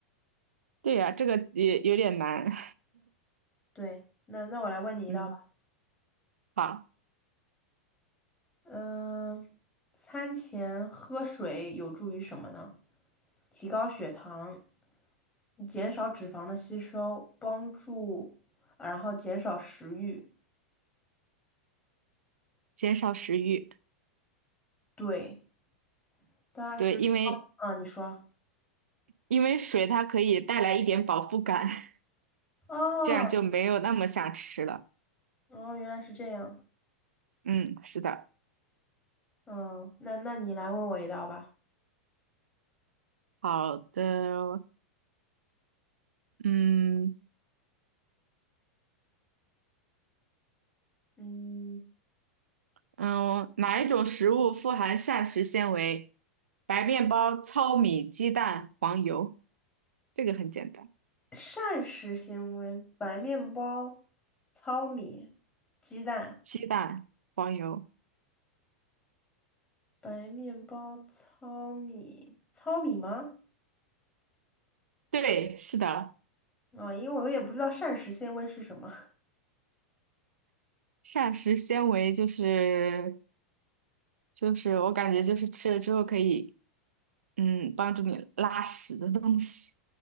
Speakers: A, on the right; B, on the left.
A: 对呀，这个也有点难，
B: 对，那那我来问你一道吧。
A: <laughs> 嗯，好，
B: 嗯、餐前喝水有助于什么呢？提高血糖。减少脂肪的吸收，帮助，然后减少食欲。
A: 减少食欲，
B: 对，它是，
A: 对，因为
B: 啊，你说，
A: 因为水它可以带来一点饱腹感，
B: 哦，
A: <laughs> 这样就没有那么想吃了，
B: 哦，原来是这样。
A: 嗯，是的，
B: 嗯，那那你来问我一道吧。
A: 好的，嗯。
B: 嗯，
A: 嗯，哪一种食物富含膳食纤维？白面包、糙米、鸡蛋、黄油，这个很简单。
B: 膳食纤维：白面包、糙米、鸡蛋。
A: 鸡蛋、黄油，
B: 白面包、糙米，糙米吗？
A: 对，是的，
B: 啊，因为我有点不知道膳食纤维是什么。
A: 膳食纤维就是就是我感觉就是吃了之后可以嗯帮助你拉屎的东西。